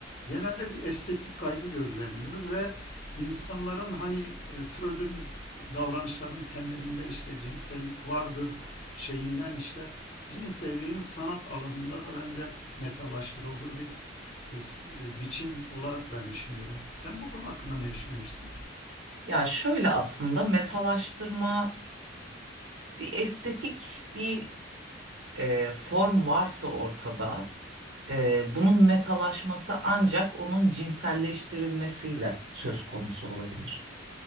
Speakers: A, on the left (about 35°); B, on the right (about 85°).
A: genelde bir estetik kaygı gözlemliyoruz ve insanların hani e, Freud'un davranışların temelinde işte cinsellik vardır şeyinden işte cinselliğin sanat alanında da bence metalaştırıldığı bir e, e, biçim olarak ben düşünüyorum. Sen bu konu hakkında ne düşünüyorsun?
B: Ya şöyle aslında metalaştırma bir estetik bir e, form varsa ortada e, bunun metalaşması ancak onun cinselleştirilmesiyle söz konusu olabilir